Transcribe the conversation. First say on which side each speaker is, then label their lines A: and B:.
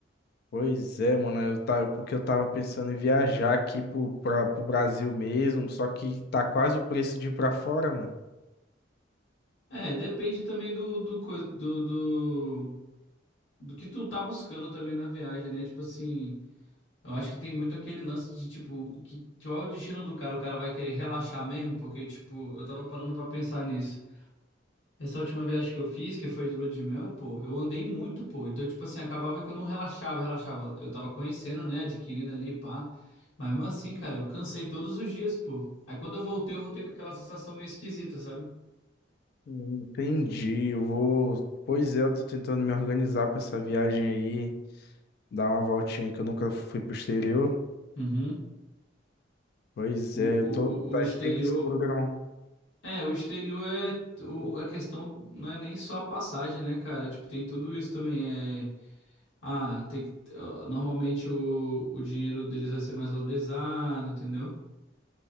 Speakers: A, on the left (about 55°); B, on the left (about 85°).
A: Pois é, mano. Eu tava, porque eu tava pensando em viajar aqui pro, pra, pro Brasil mesmo, só que tá quase o preço de ir pra fora, mano.
B: É, depende também do, do, coi- do, do do que tu tá buscando também na viagem, né? Tipo assim. Eu acho que tem muito aquele lance de, tipo, que, qual é o destino do cara? O cara vai querer relaxar mesmo? Porque, tipo, eu tava parando pra pensar nisso. Essa última viagem que eu fiz, que foi de lua de mel, pô, eu andei muito, pô. Então, tipo assim, acabava que eu não relaxava, relaxava. Eu tava conhecendo, né, adquirindo ali, pá. Mas mesmo assim, cara, eu cansei todos os dias, pô. Aí quando eu voltei, eu voltei com aquela sensação meio esquisita, sabe?
A: Hum, Entendi. Eu vou. Pois é, eu tô tentando me organizar pra essa viagem aí, dar uma voltinha aí que eu nunca fui pro exterior.
B: Uhum.
A: Pois
B: O,
A: é,
B: o,
A: eu tô. Vai
B: o o exterior.
A: ter que se programar.
B: É, o exterior é. o- a questão não é nem só a passagem, né, cara? Tipo, tem tudo isso também. É. Ah, tem que, eh, normalmente o, o dinheiro deles vai ser mais valorizado, entendeu?